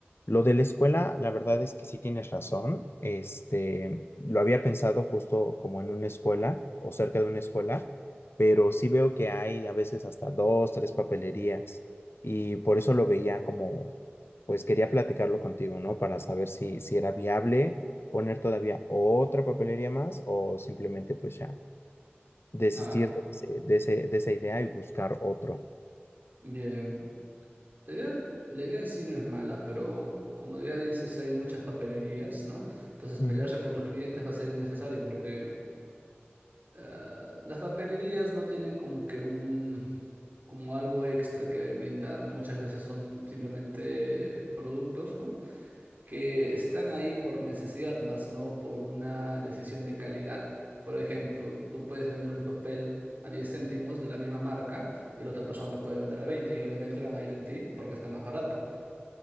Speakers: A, on the left; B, on the right.
A: Lo de la escuela, la verdad es que sí tienes razón. Este, lo había pensado justo como en una escuela o cerca de una escuela, pero sí veo que hay a veces hasta dos, tres papelerías y por eso lo veía como, pues quería platicarlo contigo, ¿no? Para saber si, si era viable poner todavía otra papelería más o simplemente pues ya desistir
B: ah,
A: de, ese- de ese- de esa idea y buscar otro.
B: bien. La idea, la idea en sí no es mala, pero como ya dices, hay muchas papelerías, ¿no? Entonces,
A: Ujú.
B: pelearse por los clientes va a ser innecesario porque Ah, las papelerías no tienen como que un, como algo extra que brindar. Muchas veces son simplemente productos, ¿no? Que están ahí por necesidad, más no por una decisión de calidad. Por ejemplo, tú puedes vender un papel a 10 céntimos de la misma marca y la otra persona lo puede vender a 20 y obviamente van a ir en ti porque está más barato.